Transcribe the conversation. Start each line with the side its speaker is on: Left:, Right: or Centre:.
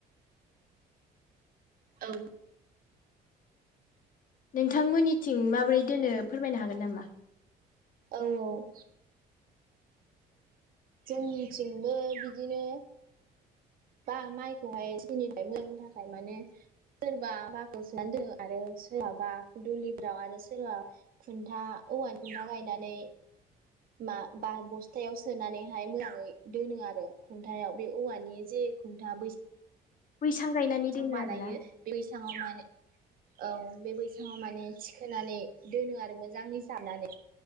Right: औ।
Left: नोंथांमोननिथिं माबोरै दोनो फोरमायनो हागोन नामा?
Right: औ औ जोंनिथिंबो बिदिनो बा माइखौहाय सिनिफ्राय मोजांनि थाखाय माने सोरबा बाख्रिआव सोनानै दोनो आरो सोरहाबा दुलिफोराव आरो सोरबा खुन्था औवानि खुन्था गायनानै मा बा बस्थायाव सोनानैहाय मोजाङै दोनो आरो खुन्थायाव बे औवानि जे खुन्था बै
Left: बैसां गायनानै
Right: बैसां
Left: दोनो
Right: बानायो
Left: आरोना।
Right: बे बेसाङाव माने औ बे बैसाङाव माने थिखोनानै दोनो आरो मोजाङै जानानै